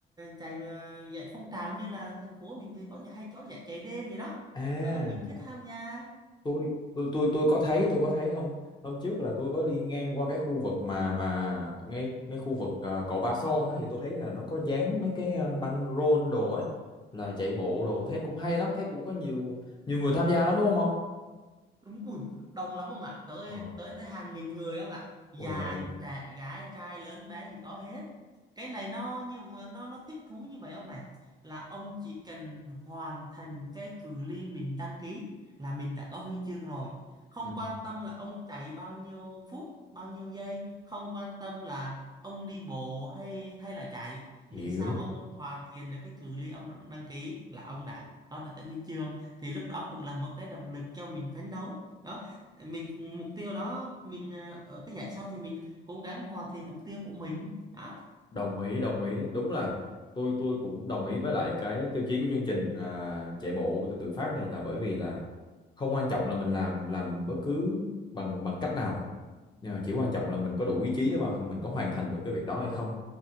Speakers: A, on the right; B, on the left.
A: chạy mà giải phong trào như là thành phố mình thì có giải hay có giải chạy đêm gì đó
B: à.
A: ở mình cứ tham gia
B: tôi tôi tôi tôi có thấy tôi có thấy hôm hôm trước là tôi có đi ngang qua cái khu vực mà mà ngay ngay khu vực ờ, cầu Ba Son á thì tôi thấy là nó có dán mấy cái ờ, băng rôn đồ ấy là chạy bộ đồ thấy cũng hay lắm thấy cũng có nhiều nhiều người tham gia lắm đúng không không
A: đúng ui đông lắm ông ạ tới
B: Ờ.
A: tới tới hàng nghìn người ông ạ già
B: Ôi trời ơi.
A: trẻ gái trai lớn bé gì có hết cái này nó như nó nó thích thú như vậy ông này là ông chỉ cần hoàn thành cái cự ly mình đăng ký là mình đã có huy chương rồi không
B: Ừ,
A: quan tâm là ông chạy bao nhiêu phút bao nhiêu giây không quan tâm là ông đi bộ hay hay là chạy miễn
B: hiểu
A: sao ông hoàn thiện được cái cự ly ông đăng ký là ông đã có được cái huy chương thì lúc đó cũng là một cái động lực cho mình phấn đấu đó mình mục tiêu đó mình ờ, ở cái giải sau thì mình cố gắng hoàn thiện mục tiêu của mình đó
B: đồng ý đồng ý đúng là tôi tôi cũng đồng ý với lại cái tiêu chí của chương trình là chạy bộ tự phát này là bởi vì là không quan trọng là mình làm làm bất cứ bằng bằng cách nào Nhưng mà chỉ quan trọng là mình có đủ ý chí để mà mình có hoàn thành được cái việc đó hay không